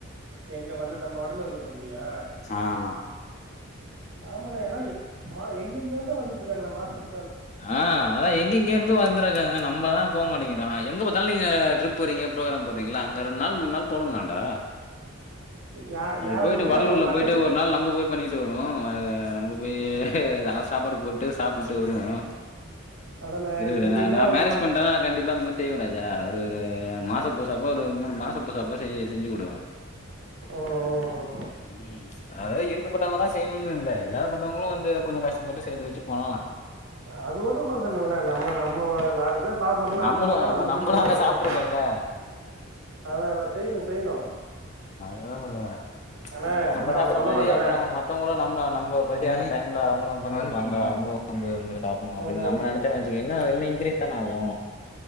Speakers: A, on the right (about 70°); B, on the left (about 35°).
A: எங்க வந்து நம்ம ஒடனே. <unintelligible> சொல்றியா
B: ஆமா.
A: ஆமானா ஏனா மா எங்கெங்கேயோ இருந்தோ வந்துரு. <unintelligible> மாசம்.
B: ஆ அதா எங்கெங்கேயோ இருந்து வந்துருக்காங்க நம்ப தா. போ மாட்டங்கிறா எங்க பத்தாலு நீங்க ட்ரிப் போறீங்க ப்ரோக்ராம் போறீங்களா அங்க ரெண்டு நாள் மூண் நாள் போடுங்களேன்டா.
A: யா-
B: அப்டி
A: யாருக்குமே
B: போயிட்டு வடலூர்ல
A: அவங்க பக்கத்துல
B: போயிட்டு ஒரு நாள் நம்ம போய் பண்ணிட்டு வருவோ ஆ நம்ம போய் ஆஸ். சாப்பாடு போட்டு சாப்ட்டு. டு வருவே
A: அதான
B: இரு
A: எங்கேயுமே
B: நா நா
A: அவங்க
B: மேரேஜ்
A: பாக்க
B: பண்டனா கண்டிப்பா அந்த மாரி. செய்வ ராஜா அவரு ஒரு மாச பூசப்போ ஒரு மூணு மாசோ பூசப்ப செய் செஞ்சு குடுவ.
A: ம்
B: ம் அதாவது இருக். இருக்கப் பட்டவங்க தா செய்யனுனு இல்ல இல்லாத பட்டவங்களும் வந்து கொஞ்சோ கஷ்டப்பட்டு சேத்து வச்சு. பண்ணலா.
A: அது ஒன்னு பிரச்சன இல்லன நம்ம நம்ம நாட்டுதா சாப்புடுன்னு ஆசப்பட்டா
B: நம்மளு அப்ப
A: நம்ம போய்
B: நம்மளு
A: செய்ய
B: அங்க
A: வேண்டியதா
B: சாப்ட்டுருக்கோல்ல
A: அதா அதா செய்யணு செய்யணு.
B: என்ன சொல்ல வர
A: ஆனா
B: நம்ம
A: நா
B: சாப்பற
A: ஒன்னு சொல்லவாண்ணே
B: மாரியே அப்புறோ மத்தவங்களு நம்ம நம்ப பசி. மதியான டைம்ல அவங். க பண்ணிருப்பாங்க அவங்கள வந்து அது சாப்புனு அப்படின்
A: ம்
B: நம்ம நெனச்சன் வச்சுக்கயே. இன்னு இன்க்ரீஸ்தான ஆவு.